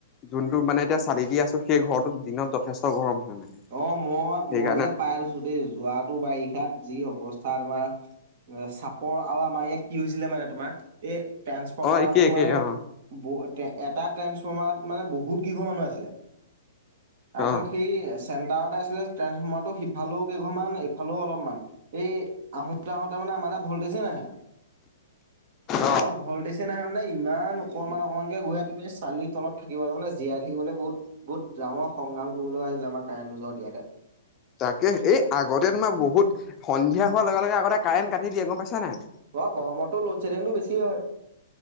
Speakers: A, on the left; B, on the right.
A: যোনটো মানে এতিয়া চালি দি আছোঁ, সেই ঘৰটোত দিনত যথেষ্ট গৰম হয় মানে।
B: অ, মই,
A: সেইকাৰণে
B: মই যে পাই <unintelligible> দেই যোৱাত। বাৰিষাত যি অৱস্থা তোমাৰ, চাপৰ আৰু আমাৰ ইয়াত কি হৈছিলে মানে তোমাৰ এ ট্ৰেন্সফৰ্মাৰটো
A: অ একেই একেই
B: মানে <unintelligible>
A: অ
B: এটা ট্ৰেন্সফৰ্মাৰত মানে বহুত গীঘ মানুহ আছিলে। তাৰ
A: অ
B: পিছত সি চেণ্টাৰতে <unintelligible> ট্ৰান্সফৰ্মাৰটো সিফালেও কেইঘমান, এইফালেও অলপমান। এই আহোঁতে, আহোঁতে মানে, মানে ভল্টেজে নাহে।
A: অ
B: আৰু ভল্টেজ <unintelligible> নে ইমান অকমান-অকণমানকে ঘূহে, তুমি চালি তলত থাকিবলে, মানে জীয়াই থাকিবলে বহুত বহুত ডাঙৰ সংগ্ৰাম কৰিবলগা হৈছিলে, আমাৰ কাৰেণ্টটো <unintelligible> ইয়াতে।
A: তাকেহে, এই আগতে তোমাৰ বহুত সন্ধিয়া হোৱা লগে লগে আগতে কাৰেণ্ট কাটি দিয়ে, গম পাইছা নাই?
B: অ', গৰমততো ল'ডশ্বেডিংটো বেছিয়ে হয়।